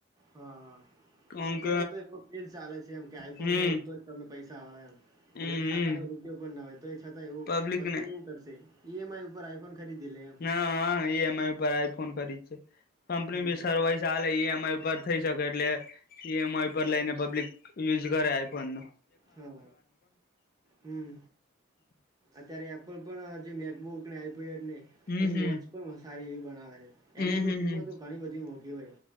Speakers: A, on the right; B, on the left.
A: હા હા
B: કોંક
A: એ અત્યારે તો એ ફજ ચાલે છે એમ કે આઈફોન
B: હમ
A: હોય તો તમે પૈસા વાળ એમ
B: હમ
A: ભલે ખાતામાં
B: હમ
A: રૂપિયો પણ ના હોય તો એ છતાં એવું
B: પબ્લિક
A: વસ્તુ
B: ને
A: એવું કરશે ઈમઆઈ ઉપર આઈફોન ખરીદી લે એમ?
B: હા હા ઇ એમ આઈ પર આઈ ફોન કરી છે કંપની
A: હમ
B: ભી
A: હમ
B: સવા <inaudible> ચાલે એ અમારી ઉપર થઈ શકે એટલે ઈ એમ આઈ પર લઈને પબ્લિક યુઝ કરે આઈફોન ને.
A: હા હમ અત્યારે એપલ પણ જે મેકબુક ને આઈપેડ ને
B: હમ
A: એની
B: હમ
A: વોચ પણ સારી એવી બનાવે છે.
B: હમ
A: એની પણ
B: હમ
A: કિંમતો
B: હમ
A: ઘણી બધી મોખી હોય